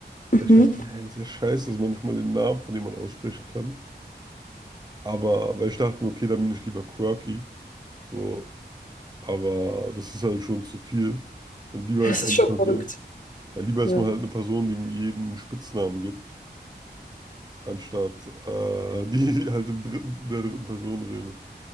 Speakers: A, on the left; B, on the right.
A: Mhm.
B: Weil Ich dachte mir, hey, ist ja scheiße, dass man nicht mal den Namen von jemandem aussprechen kann. Aber, weil ich dachte mir, okay, dann bin ich lieber quirky. So, aber das ist halt schon zu viel. Und lieber
A: Das
B: ist man
A: ist schon
B: eine Person,
A: verrückt.
B: ja, lieber
A: Ja.
B: ist man halt eine Person, die mir jeden Spitznamen gibt, anstatt äh, die <laughs> halt im dritten, der dritten Person redet.